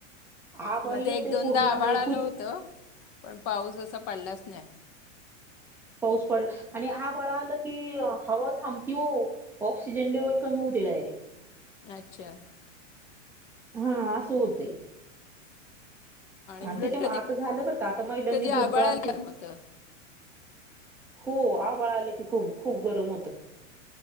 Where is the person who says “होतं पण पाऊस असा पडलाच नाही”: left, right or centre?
Left